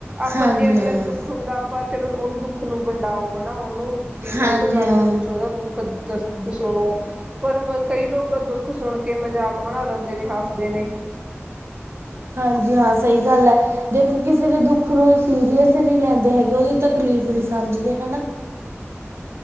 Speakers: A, on the right; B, on the right.
A: ਆਪਾਂ
B: ਹਾਂਜੀ
A: ਜੇ ਅਗਲੇ
B: ਹਾਂ
A: ਦੁੱਖ ਹੁੰਦਾ। ਆਪਾਂ ਚਲੋ ਉਹਨੂੰ ਦੁੱਖ ਨੂੰ ਵੰਡਾਓ ਹੈ ਨਾ ਉਹਨੂੰ ਵੀ
B: ਹਾਂਜੀ
A: ਉਹ ਤੋਂ ਗੱਲ
B: ਹਾਂ
A: ਪੁੱਛੋ ਉਹਦਾ ਦੁੱਖ। ਦੁਖ ਸੁਣੋ ਪਰ ਕਈ ਲੋਕ ਦੁੱਖ ਸੁਣ ਕੇ ਮਜ਼ਾਕ ਬਣਾ ਲੈਂਦੇ ਨੇ ਹੱਸਦੇ ਨੇ। ਤੇ।
B: ਹਾਂਜੀ ਹਾਂ ਸਹੀ ਗੱਲ ਹੈ ਦੇਖੋ ਕਿਸੇ ਦੇ ਦੁੱਖ। ਉਸ ਨੂੰ ਸੀਰੀਅਸ ਨਹੀ ਲੈਂਦੇ ਹੈਗੇ ਉਹਦੀ ਤਕਲੀਫ਼ ਨਹੀ ਸਮਝਦੇ ਹਨਾ।